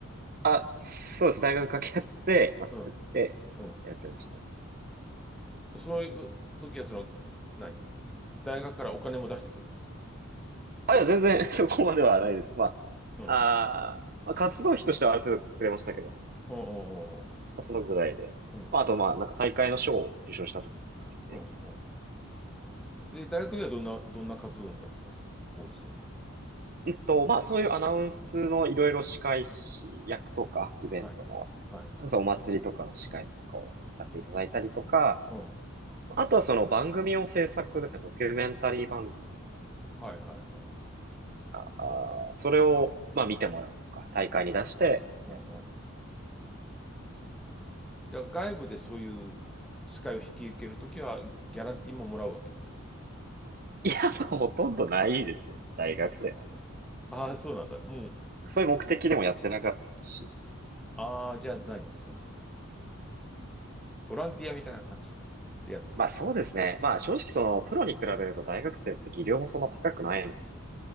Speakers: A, on the right; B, in the centre.
A: あ、そうです。大学掛け合って、まあ、
B: うん、
A: 作ってやってましたね。
B: うん。そういう時は、その、何大学からお金も出してくれるんですか
A: あ、いや、全然 <laughs> そこまではないです。ま
B: うん、
A: あ、あー、まあ、活動費としてはある程度くれましたけど、ま
B: うん、うん、
A: あそのぐらいで。
B: うん、
A: まあ、あと、まあ、なんか大会の賞を受賞した時とか、助成金みたい
B: うん、うん。うんで、大学ではどんな、どんな活動だったんですかその放送。
A: な。うんと、まあ、そういうアナウンスのいろいろ司会役とか、イベントの、
B: はい。はい。
A: それこそお祭りとかの司会とかをやらせていただいたりとか、
B: うん。は
A: まあとはその番組を制作ですね、ドキュメンタリー番組とかを
B: い、はい、はい。
A: あーそれを、まあ見てもらうとか、大会に出して、みたい
B: うんうんじゃあ外部でそういう司会を引き受けるときは、ギャランティーももらうわけですか
A: な。いや、まあほとんどないですよね。大学生なんて。
B: ああー、そうなんだ。もう、
A: そういう目的でもやってなかったですし。
B: ああ、じゃあ何その、ボランティアみたいな感じでやってる。
A: まあそうですね。まあ正直その、プロに比べると大学生って技量もそんな高くないので、